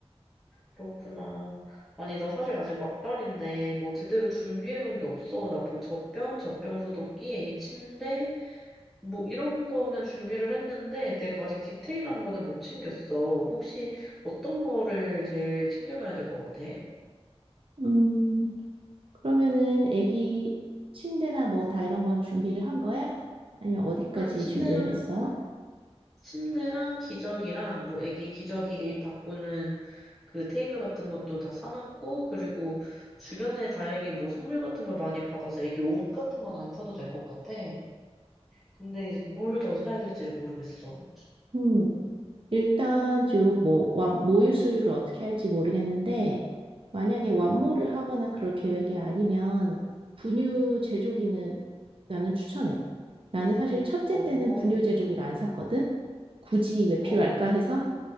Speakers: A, in the centre; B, on the right.
A: 그렇구나. 아니, 나 사실 아직 막달인데, 뭐, 제대로 준비해 놓은 게 없어. 나 뭐, 젖병, 젖병 소독기, 애기 침대, 뭐 이런 거는 준비를 했는데 내가 아직 디테일한 거는 못 챙겼어. 혹시 어떤 거를 제일 챙겨놔야 될 것 같아?
B: 음, 그러면은 애기 침대나 뭐 다 이런 건 준비를 한 거야? 아니면 어디까지
A: 응, 침대랑
B: 준비를 했어?
A: 침대랑 기저귀랑 뭐 애기 기저귀 바꾸는 그 테이블 같은 것도 다 사놨고 그리고 주변에 다행히 뭐 선물 같은 걸 많이 받아서 애기 옷 같은 건 안 사도 될 것 같아. 근데 이제 뭘 더 사야 될지를 모르겠어.
B: 음. 일단 주뭐 모유 수유를 어떻게 할지 모르겠는데 만약에 완모를
A: 응.
B: 하거나 그럴 계획이 아니면 분유 제조기는 나는 추천해. 나는 사실 첫째
A: 어, 어,
B: 때는 분유 제조기를 안 샀거든. 굳이 왜
A: 어.
B: 필요할까 해서.